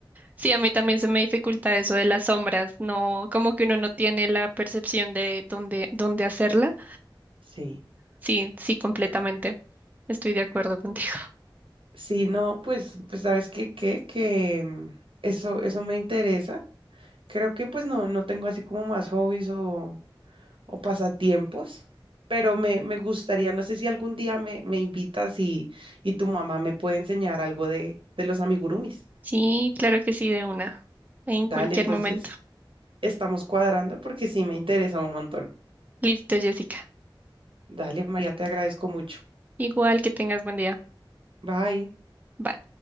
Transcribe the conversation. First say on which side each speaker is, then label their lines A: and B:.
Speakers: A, on the right (about 20°); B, on the right (about 80°).
A: Sí, a mí también se me dificulta eso de las sombras, no, como que uno no tiene la percepción de dónde, dónde hacerla.
B: Sí.
A: Sí, sí, completamente. Estoy de acuerdo contigo.
B: Sí, no, pues, pues sabes qué, qué, que em, eso, eso me interesa. Creo que pues no, no tengo así como más hobbies o o pasatiempos, pero me, me gustaría, no sé si algún día me, me invitas y, y tu mamá me puede enseñar algo de, de los amigurumis.
A: Sí, claro que sí, de una, en
B: Dale,
A: cualquier
B: entonces
A: momento.
B: estamos cuadrando porque sí me interesa un montón.
A: Listo, Jessica.
B: Dale, María, te agradezco mucho.
A: Igual que tengas buen día.
B: Bye.
A: Bye.